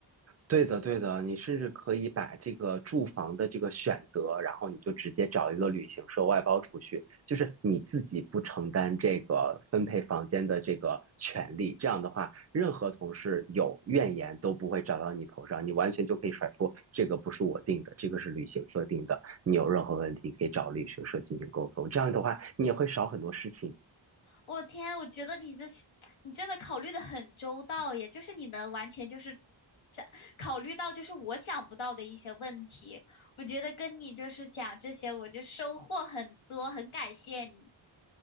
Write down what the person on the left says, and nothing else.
我天，我觉得你的你真的考虑的很周到耶，就是你能完全就是考虑到就是我想不到的一些问题。我觉得跟你就是讲这些，我就收获很多，很感谢你。